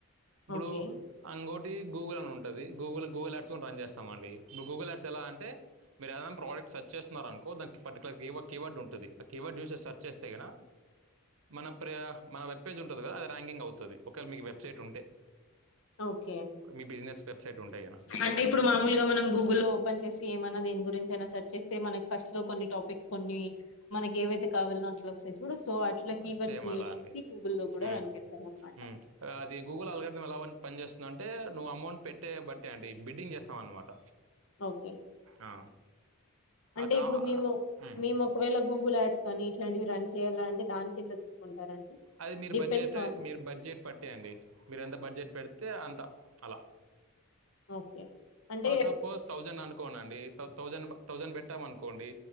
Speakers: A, on the right; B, on the left.
A: ఇప్పుడు
B: ఓకే
A: అంగోటి గూగుల్ అని ఉంటది గూగుల్ గూగుల్ యాడ్స్ కూడా రన్ చేస్తామండి ఇప్పుడు గూగుల్ యాడ్స్ ఎలా అంటే మీరు ఏదైనా ప్రోడక్ట్ సర్చ్ చేస్తున్నారనుకో దానికి పర్టికులర్ రివ్ కీవర్డ్ ఉంటది ఆ కీవర్డ్ యూస్ చేసి సెర్చ్ చేస్తే గిన మన ప్రయా మన వెబ్ పేజ్ ఉంటది కదా అది ర్యాంగింగ్ అవుతది ఒకవేళ మీకు వెబ్సైట్ ఉంటే
B: ఓకే
A: మీ బిజినెస్ వెబ్సైట్ ఉంటే కనుక
B: అంటే ఇప్పుడు మామూలుగా మనం గూగుల్లో ఓపెన్ చేసి ఏమన్నా దేని గురించైనా సెర్చ్ చేస్ స్తె మనక్ ఫస్ట్ లో కొన్ని టాపిక్స్ కొన్ని మనకి ఏవైతే కావాలో అట్లా వస్తే చు డు సో అట్లా కీవర్డ్స్
A: సేమ్
B: ని
A: అలా
B: యూస్
A: అండి
B: చేసి గూగుల్లో లో కూడా
A: మ్మ్.
B: రన్ చేస్తారన్నమాట
A: మ్మ్. అది గూగుల్ అల్గరిథం ఎలా వన్ పని చేేస్తుంది అంటే నువ్వు అమౌంట్ పెట్టే బట్టే అండి బిడ్డింగ్ చేస్తాం అన్నమాట
B: ఓకే
A: ఆ
B: అంటే
A: ఆ కా
B: ఇప్పుడు మేము
A: మ్మ్.
B: మేము ఒకవేళ గూగుల్ యాడ్ స్ కానీ ఇట్లాంటివి రన్ చేయాలి అంటే దానికేంత తీసుకుంటారండి
A: అది మీరు
B: డిపెండ్స్
A: బడ్జెట్
B: ఆన్
A: మీరు బడ్జెట్ పట్టి అండి మీరు ఎంత బడ్జెట్ పెడ్ తే అంత అలా
B: ఓకే అంటే
A: ఫర్ సపోజ్ థౌజండ్ అనుకోన అండి థౌజండ్ థౌజండ్ పెట్టామనుకోండి